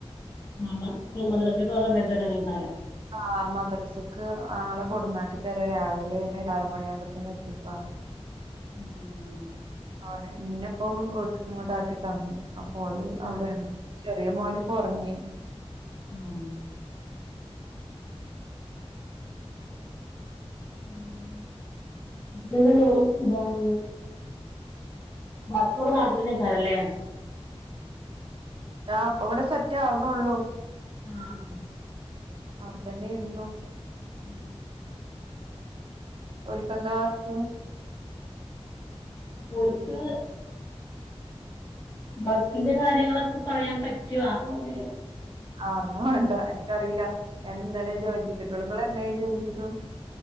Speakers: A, on the left; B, on the right.
A: <unintelligible>
B: ആഹ് മദ്രസക്ക് ആളെ കൊടന്നാക്കി തരാം രാവിലെന്നെ ആറ് മണി ആകുമ്പോഴത്തേന്നും എത്തിക്കാ റഞ്ഞു
A: ആഹ്
B: അവനെ ഇന്നെപ്പോ വീട്ടിക്ക് ഇങ്ങട് ആക്കി തന്നു അപ്പോല് അവിടെയാണ്
A: ആഹ്
B: ചെറിയ മോനിപ്പോ ഒറങ്ങി
A: ആഹ് ഉം ഇതെന്താ ജോലി ഇതാണ് വർക്ക് വടെ നാട്ടിലെന്നെ ഏൽക്കാറല്ലേ
B: ആ അപ്പൊ ഇവിടെ സെറ്റ് ആവുണുള്ളു
A: ആഹ് ആഹ്
B: അവിടെ തന്നെ ഇരുന്നോ
A: ഉം
B: ഓൽക്ക് എന്താ വർക്ക്
A: മോൾക്ക് വർക്കിന്റെ കാര്യങ്ങളൊക്കെ പറയാൻ പറ്റുവ ഓന്
B: ആഹ് ന്ന വേണ്ട അറിയില്ല ഞാൻ ഇന്നലെ ജോയിൻ ചെയ്തിട്ടുള്ളൂ നിങ്ങള് എന്നായി ജോയിൻ ചെയ്തു